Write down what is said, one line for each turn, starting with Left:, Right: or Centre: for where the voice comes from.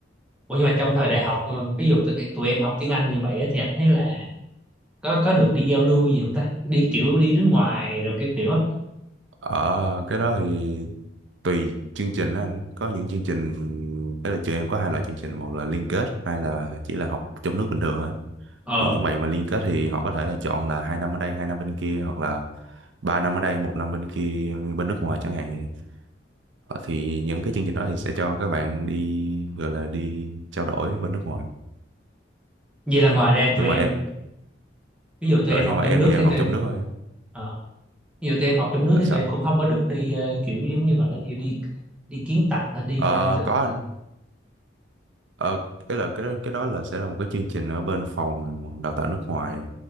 Centre: Ủa nhưng mà trong thời đại học ờ, ví dụ tụi, tụi em học tiếng Anh như vậy á, thì anh thấy là có có được đi giao lưu gì không ta đi kiểu đi nước ngoài rồi cái kiểu á
Right: ở cái đó thì tùy chương trình á anh có những chương trình đấy là trường em có hai loại chương trình một là liên kết hai là chỉ là học trong nước bình thường thôi
Centre: ờ
Right: thì những bạn mà liên kết thì họ có thể là chọn là hai năm ở đây hai năm bên kia hoặc là ba năm ở đây một năm bên kia bên nước ngoài chẳng hạn vậy Ờ, thì những cái chương trình đó thì sẽ cho các bạn đi gọi là đi trao đổi bên nước ngoài
Centre: vậy là ngoài ra
Right: nhưng
Centre: tụi
Right: mà
Centre: em
Right: em,
Centre: ví dụ tụi
Right: ờ,
Centre: em
Right: nhưng
Centre: học
Right: mà
Centre: trong
Right: em
Centre: nước
Right: thì em
Centre: thì
Right: học
Centre: tụi
Right: trong
Centre: em
Right: nước thôi á.
Centre: ờ, Ví tụi em học trong nước
Right: là
Centre: thì
Right: sao
Centre: tụi em cũng không có được đi ờ, kiểu giống như gọi là gì đi đi kiến tập hay đi
Right: Ờ,
Centre: ờ, thực-
Right: có Ờ, cái là cái cái đó là sẽ là một cái chương trình ở bên phòng đào tạo nước ngoài.